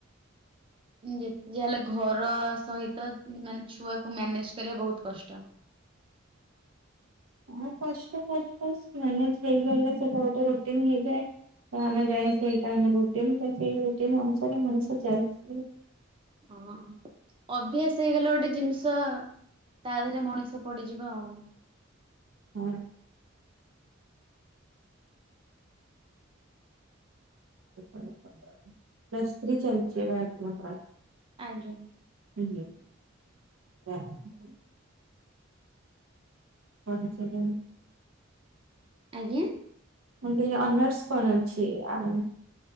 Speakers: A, on the right (about 25°); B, on the right (about 80°).
A: ଯେ ଯାହେଲେ ଘର ସହିତ ମାନେ ଛୁଆକୁ ମ୍ୟାନେଜ କରିବା ବହୁତ କଷ୍ଟ।
B: ହଁ କଷ୍ଟ ଫାଷ୍ଟ ଫାଷ୍ଟ ମ୍ୟାନେଜ ହେଇଗଲେ ସେଟା ଗୋଟେ ରୋଟିନ ହେଇଯାଏ। ତ ଆମେ ଜାଣିଛେ ଏଇଟା ଆମ ରୁଟିନ ତ ସେଇ ରୁଟିନ ଅନୁସାରେ ମଣିଷ ଚାଲିଛି।
A: ହଁ। ଅଭ୍ୟାସ ହେଇଗଲା ଗୋଟେ ଜିନିଷ ତା ଧେରେ ମଣିଷ ପଡିଯିବ ଆଉ।
B: ହଁ। ପ୍ଲୁସ ଥ୍ରୀ ଚାଲଛି ଏବେ ଆପଣଙ୍କର?
A: ଆଜ୍ଞା।
B: ହୁଁ <unintelligible> ହଉଚି ଚଳାନ୍ତ
A: ଆଜ୍ଞା।
B: ମୁ ମୋର ଅନର୍ସ କଣ ଅଛି ଆ